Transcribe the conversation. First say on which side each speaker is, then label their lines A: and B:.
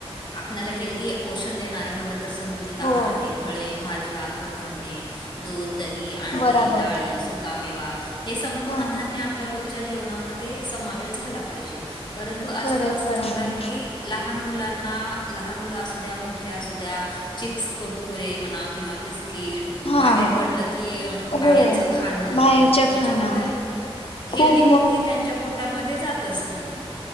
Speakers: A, on the left (about 45°); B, on the left (about 65°).
A: आपल्याला हेल्दी पोषण देणारे म्हणलं तर संतुलित
B: हो
A: आहार आहे फळे, भाज्या, कडधान्य दूध, दही अंडी,
B: बराबर
A: डाळी, सुकामेवा हे संपूर्ण
B: हां
A: धान्य आपल्या रोजच्या जेवणामध्ये समावेश झाला पाहिजे परंतु आजकाल
B: खरंच
A: असं
B: बराबर
A: झालं आहे की लहान मुलांना लहान मुलं असुद्या मोठ्या असुद्या चिप्स कुरकुरे म्हणा किंवा बिस्कीट
B: हां
A: बाहेर पडलं की बाहेरच
B: हो
A: खाणं
B: बाहेरचं
A: याच्यामुळे
B: खाणं खूप
A: हेल्दी फूड हे त्यांच्या पोटामध्ये जातच नाहीये.